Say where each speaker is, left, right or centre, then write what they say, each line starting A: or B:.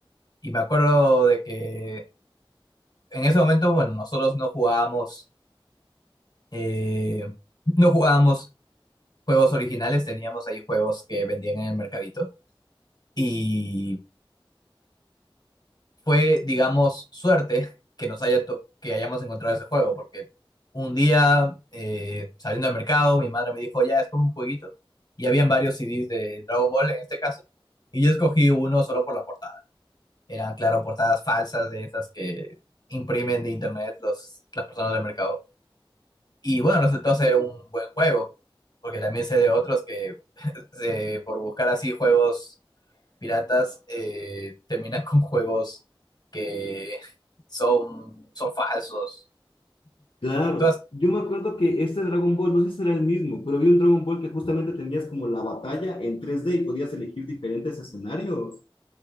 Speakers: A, on the left; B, on the left.
A: Y me acuerdo de que en ese momento, bueno, nosotros no jugábamos, eh, <laughs> no jugábamos juegos originales, teníamos ahí juegos que vendían en el mercadito y fue, digamos, suerte que nos haya to- que hayamos encontrado ese juego, porque un día eh, saliendo al mercado, mi madre me dijo, ya, es como un jueguito, y habían varios CDs de Dragon Ball en este caso, y yo escogí uno solo por la portada. Eran, claro, portadas falsas de esas que imprimen de internet los, las personas del mercado. Y bueno, resultó ser un buen juego, porque también sé de otros que <laughs> se- por buscar así juegos piratas eh, terminan con juegos que son, son falsos.
B: Claro,
A: Entonces,
B: yo me acuerdo que este Dragon Ball, no sé si era el mismo, pero vi un Dragon Ball que justamente tenías como la batalla en 3D y podías elegir diferentes escenarios.